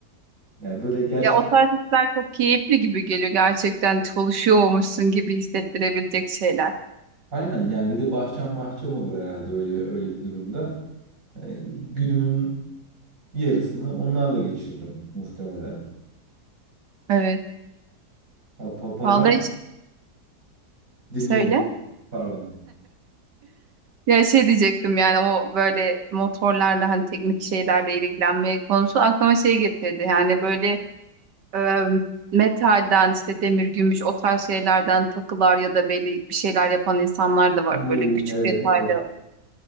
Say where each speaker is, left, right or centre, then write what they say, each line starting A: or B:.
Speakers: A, on the right; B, on the right.
A: Yani böyle gerçekten
B: Ya o tarz hisler çok keyifli gibi geliyor gerçekten çalışıyormuşsun gibi hissettirebilecek şeyler.
A: aynen yani bir de bahçem bahçem olur herhalde öyle bir öyle bir durumda. Yani günümün yarısını onlarla geçirdim muhtemelen.
B: Evet.
A: Ha, papara
B: Vallahi hiç-
A: dinliyorum.
B: söyle.
A: Pardon.
B: Ya şey diyecektim yani o böyle motorlarla hani teknik şeylerle ilgilenme konusu aklıma şey getirdi. Yani böyle e, metalden işte demir, gümüş o tarz şeylerden takılar ya da belli bir şeyler yapan insanlar da var
A: Bu
B: böyle küçük
A: evet
B: detaylı.
A: evet.